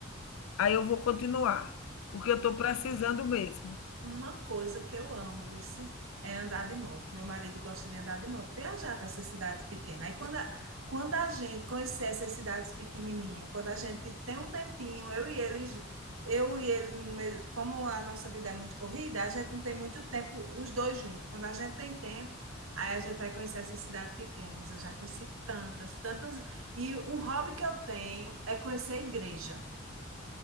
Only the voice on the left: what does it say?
aí eu vou continuar, porque eu estou precisando mesmo.